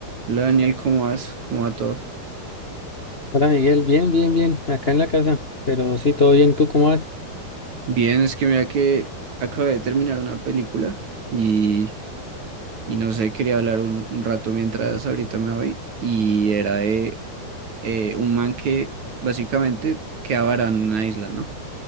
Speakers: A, on the right (about 50°); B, on the left (about 35°).
A: Hola Daniel, ¿cómo vas? ¿Cómo va todo?
B: Hola Miguel, bien, bien, bien, acá en la casa, pero sí, todo bien, ¿tú cómo vas?
A: Bien, es que mira que acabé de terminar una película y, y no sé, quería hablar un, un rato mientras ahorita me voy y era de eh, un man que básicamente quedaba varado en una isla, ¿no?